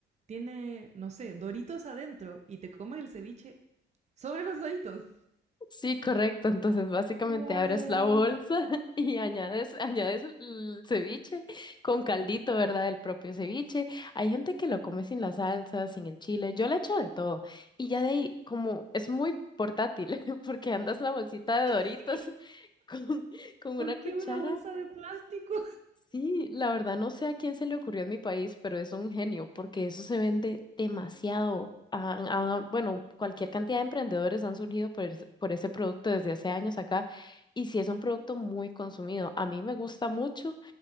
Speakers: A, on the right (about 35°); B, on the left (about 20°).
A: tiene, no sé, doritos adentro y te comes el ceviche sobre los doritos.
B: Sí, correcto. Entonces, básicamente
A: Wow.
B: abres la bolsa
A: <laughs>
B: <laughs> y añades, añades el ceviche con caldito, ¿verdad? El propio ceviche. Hay gente que lo come sin la salsa, sin el chile. Yo le echo de todo. Y ya de ahí, como es muy portátil, <laughs> porque andas la bolsita de
A: Sí,
B: Doritos <laughs> con, con
A: ¿Por
B: una cuchara
A: qué una bolsa de plástico?
B: Sí, la verdad no sé a quién se le ocurrió en mi país, pero es un genio, porque eso se vende demasiado. Ah, han- bueno, cualquier cantidad de emprendedores han surgido por, es- por ese producto desde hace años acá, y sí es un producto muy consumido. A mí me gusta mucho,